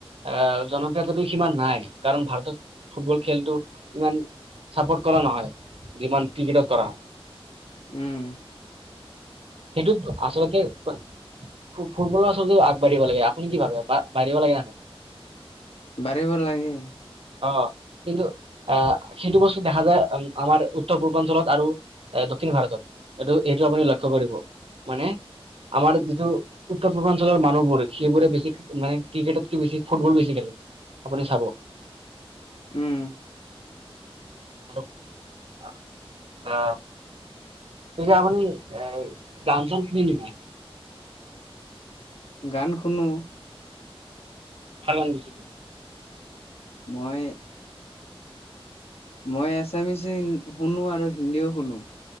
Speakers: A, on the right; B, on the left.
A: আহ জনপ্ৰিয়তাটো সিমান নাই কাৰণ ভাৰতত ফুটবল, খেলটো ইমান ছাপোৰ্ট কৰা নহয়, যিমান ক্ৰিকেটৰ কৰা হয়।
B: উম।
A: সেইটোত আচলতে ক ফু ফুটবলো আচলতে আগবাঢ়িব লাগে আপুনি কি ভাবে বা বাঢ়িব লাগে
B: বাঢ়িব লাগে।
A: অ, কিন্তু আহ সেইটো বস্তু দেখা যায় আম আমাৰ উত্তৰ পূৰ্বাঞ্চলত আৰু এ দক্ষিণ ভাৰতত, এইটো এইটো আপুনি লক্ষ্য কৰিব, মানে, আমাৰ যিটো উত্তৰ পূৰ্বাঞ্চলৰ মানুহবোৰ সেইবোৰে বেছি মানে ক্ৰিকেটতকে বেছি ফুটবল বেছি খেলে। আপুনি চাব।
B: উম।
A: <inaudible> অ, তেতিয়া আপনি, এ গান চান শুনে নেকি
B: গান খুনো।
A: কাৰণ আছে
B: মই। মই এছামিচে ইন শুনো আৰু হিন্দীও শুনো।